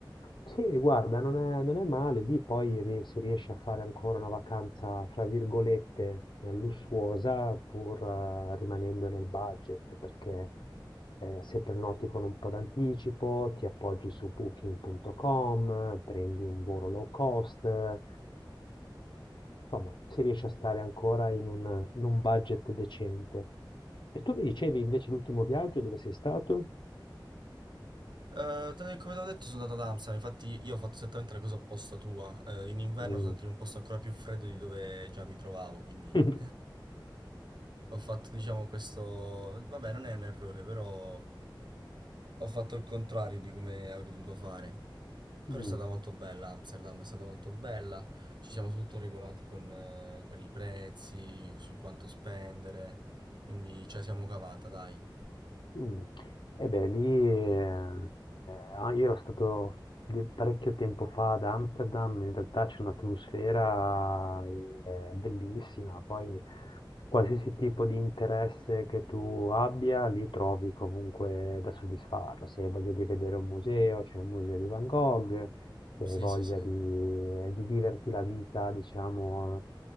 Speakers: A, on the left; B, on the right.
A: Sì, guarda, non è, non è male, lì poi ri- si riesce a fare ancora una vacanza, fra virgolette, eh, lussuosa, pur eh, rimanendo nel budget, perché eh, se prenoti con un po' d'anticipo, ti appoggi su booking.com, prendi un volo low cost, eh, insomma, si riesce a stare ancora in un, in un budget decente. E tu mi dicevi invece l'ultimo viaggio dove sei stato?
B: Eh, te- come ti ho detto sono andato ad Amsterdam, infatti io ho fatto esattamente la cosa opposta tua. Eh, in inverno
A: Mm.
B: sono andato in un posto ancora più freddo di dove già mi trovavo, quindi
A: <laughs>
B: Ho fatto, diciamo, questo... Vabbè, non è un errore, però ho fatto il contrario di come avrei dovuto fare. Però
A: Mm.
B: è stata molto bella, Amsterdam è stata molto bella. Ci siamo tutto regolati con, eh, con i prezzi, su quanto spendere. Quindi ce la siamo cavata, dai.
A: Mh. E beh, lì, ehm, ehm, ah, io ero stato di parecchio tempo fa ad Amsterdam, in realtà c'è un'atmosfera, ehm, bellissima, poi qualsiasi tipo di interesse che tu abbia, lì trovi comunque da soddisfarlo. Se hai voglia di vedere un museo, c'è il museo di Van Gogh, se hai
B: Sì,
A: voglia
B: sì, sì.
A: di di viverti la vita, diciamo,